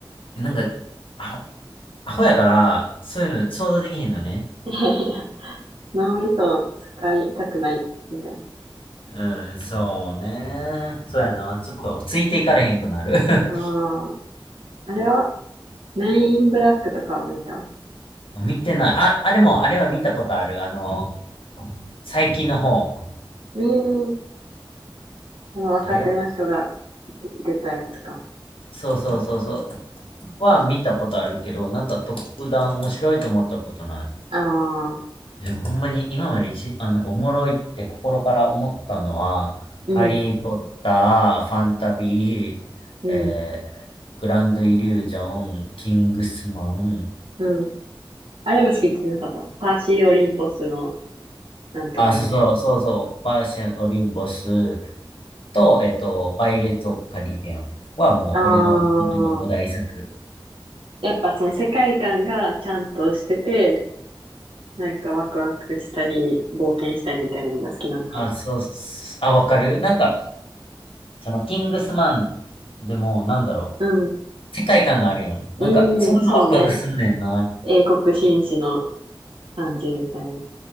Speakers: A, on the left; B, on the right.
A: なんか、アホ、アホやから、そういうの想像できへんのね。
B: <laughs> 脳みそを使いたくないみたい
A: うん、そうね。そうやな。ちょっとついていかれへんくなる。<laughs>
B: な。ああ。あれはメインブラックとかを見た。
A: 見てない。あ、あれも、あれは見たことある。あの、最近の方。
B: うーん。あの、
A: えっと誰が出て、
B: 若手の人が出出たやつか。
A: そうそうそうそう。は見たことあるけど、なんか特段面白いと思ったことない。
B: ああ、
A: でもほんまに今まで一、あ、なんかおもろいって心から思ったのは、
B: うん、
A: ハリー・ポッター、ファンタビー、
B: うん、
A: えー、グランド・イリュージョン、キングスマン、
B: うん。あれも好きって言ってなかった。パーシー・オリンポスのなんとかみたいな。
A: あ、そうそう、そうそう、パーシアン・オリンボスと、えっと、パイレーツ・オブ・カリビアンはもう俺の、
B: ああ、
A: あの5大作。
B: やっぱその世界観がちゃんとしてて、なんかワクワクしたり、冒険したりみたいなのが好きなんかな。
A: あ、そうっす、あ、わかるなんか、そのキングスマンでも、なんだろう。
B: うん、
A: 世界観があるやん。
B: うん、
A: なんか、そんなのワクワクすんねんな。
B: うんそうね。英国紳士の感じみたいな。